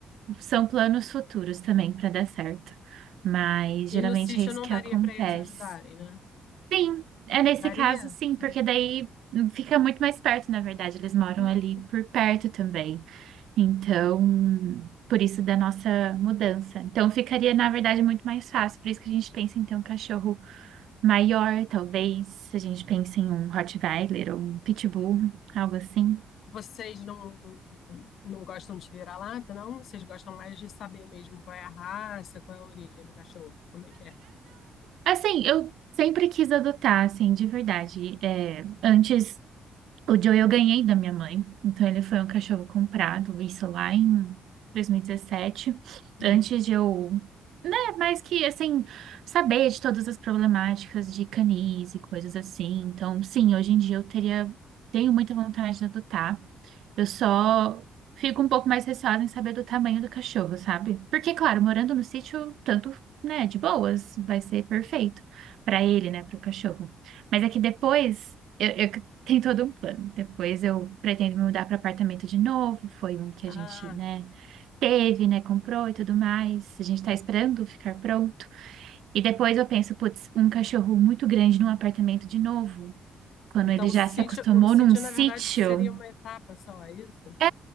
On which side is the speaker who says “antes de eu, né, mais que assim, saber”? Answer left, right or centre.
Right